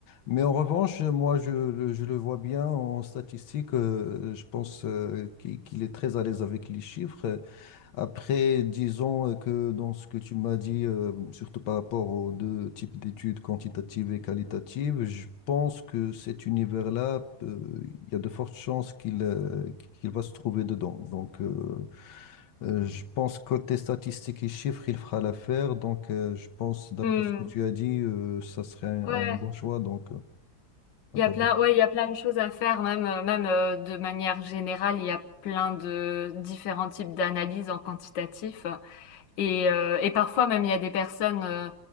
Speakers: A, on the left; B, on the left.
A: Mais en revanche, moi, je, le je le vois bien en statistiques. euh, je pense euh, qu'il qu'il est très à l'aise avec les chiffres. Après, disons que dans ce que tu m'as dit, euh, surtout par rapport aux deux types d'études, quantitatives et qualitatives, je pense que cet univers-là, euh, il y a de fortes chances qu'il euh, qu'il va se trouver dedans. Donc, euh, euh, je pense côté statistiques et chiffres, il fera l'affaire. Donc, euh, je pense, d'après
B: Hmm.
A: ce que tu as dit, euh, ça serait un,
B: Ouais,
A: un bon choix. Donc, euh, à
B: il
A: ton
B: y a plein,
A: avis.
B: ouais, il y a plein de choses à faire, même, euh, même euh, de manière générale, il y a plein de différents types d'analyses en quantitatif. Et, euh, et parfois même, il y a des personnes euh,